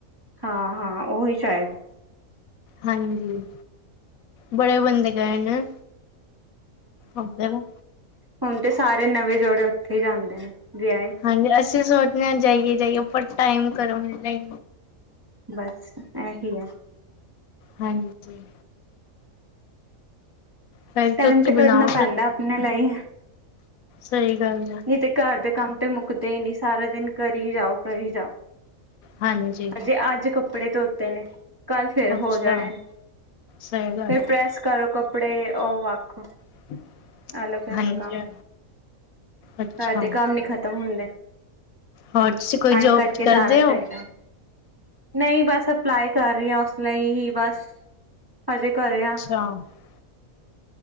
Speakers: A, on the right; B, on the left.
A: ਹਾਂ-ਹਾਂ ਓਹੀ ਸ਼ਾਯਦ
B: ਹਾਂਜੀ, ਬੜੇ ਬੰਦੇ ਗਏ ਨੇ ਓਧਰ
A: ਹੁਨ ਤੇ ਸਾਰੇ ਨਵੇਂ ਜੋੜੇ ਓੱਥੇ ਈ ਜਾਂਦੇ ਨੇ ਵੇਆਏ
B: ਹਾਂਜੀ, ਅਸੀ ਸੋਚਨੇ ਆਂ ਜਾਈਏ-ਜਾਈਏ ਪਰ ਟਾਈਮ ਘਰੋ ਨਈ
A: ਬਾੱਸ ਐਹੀ ਐ।
B: ਹਾਂਜੀ। ਫਿਰ
A: ਟਾਈਮ
B: ਤੁਸੀਂ
A: ਤੇ
B: ਬਣਾਓ
A: ਕੱਢਨਾ ਪੈਂਦਾ ਆਪਨੇ ਲਈ।
B: ਸਈ ਗਾੱਲ ਐ।
A: ਨਈ ਤੇ ਘਾਰ ਦੇ ਕਾੰਮ ਤੇ ਮੁੱਕਦੇ ਈ ਨੀ, ਸਾਰਾ ਦਿਨ ਕਰੀ ਜਾਓ ਕਰੀ ਜਾਓ।
B: ਹਾਂਜੀ
A: ਅਜੇ ਆੱਜ ਕੱਪੜੇ ਧੋਤੇ ਨੇ। ਕਾੱਲ ਫੇਰ
B: ਅੱਛਾ
A: ਹੋ ਜਾਨੇਨ
B: ਸਹੀ ਗੱਲ
A: ਫੇਰ
B: ਹੈ
A: ਪ੍ਰੈਸ ਕਰੋ, ਕੱਪੜੇ ਓ ਵਾੱਖ
B: <inaudible>
A: ਅਲਗ ਹੈਗਾ
B: ਹਾਂਜੀ।
A: ਕਾੰਮ,
B: ਅੱਛਾ
A: ਘਾਰ ਦੇ ਕਾੰਮ ਨੀ ਖਤਮ ਹੁੰਦੇ।
B: ਹੋਰ ਤੁਸੀਂ ਕੋਈ
A: ਟਾਈਮ
B: ਜੋਬ
A: ਕਾੱਢ ਕੇ
B: ਕਰਦੇ
A: ਜਾਨਾ
B: ਹੋ?
A: ਚਾਈਦੈ। ਨਈ ਬਾੱਸ ਅਪਲਾਈ ਕਾਰ ਰੀ ਆ ਉਸ ਲਈ ਹੀ ਬਾੱਸ ਹਜੇ ਘਰੇ ਆ।
B: <unintelligible>